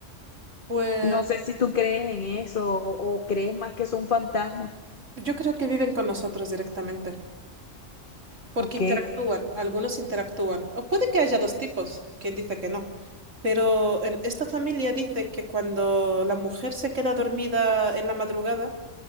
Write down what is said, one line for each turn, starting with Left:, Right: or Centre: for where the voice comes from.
Right: Pues
Left: no sé si tú crees en eso o, o crees más que son fantasmas.
Right: yo creo que viven con nosotros directamente. Porque
Left: Ok,
Right: interactúan, algunos interactúan. O puede que haya dos tipos, quien dice que no. Pero en esta familia dice que cuando la mujer se queda dormida en la madrugada,